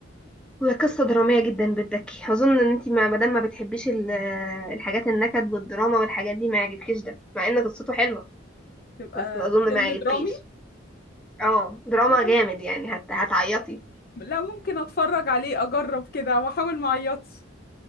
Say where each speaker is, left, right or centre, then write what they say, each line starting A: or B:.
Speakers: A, in the centre; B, on the left.
A: هي قصة درامية جدا بتبكي أظن إن أنتي ما مادام ما بتحبيش ال- الحاجات النكد والدراما والحاجات دي ما يعجبكيش ده مع إن قصته حلوة
B: تبقى
A: بس أظن
B: فيلم
A: ما يعجبكيش
B: درامي
A: اه دراما
B: لا
A: جامد يعني هت... هتعيطي
B: لا، ممكن اتفرج عليه اجرب كده واحاول ما اعيطش